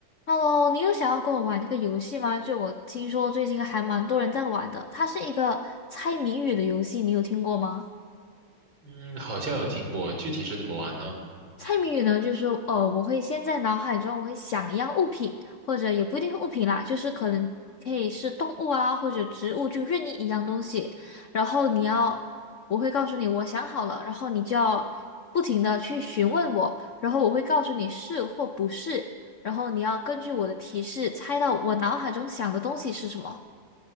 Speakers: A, on the left; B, on the right.
A: Hello，你有想要跟我玩这个游戏吗？就我听说最近还蛮多人在玩的，它是一个猜谜语的游戏，你有听过吗？
B: 嗯，好像有听过，具体是怎么玩呢？
A: 猜谜语呢，就是说呃，我会先在脑海中我会想一样物品，或者也不一定是物品啦，就是可能可以是动物啊，或者植物，就任意一样东西。然后你要，我会告诉你我想好了，然后你就要不停的去询问我，然后我会告诉你是或不是，然后你要根据我的提示猜到我脑海中想的东西是什么。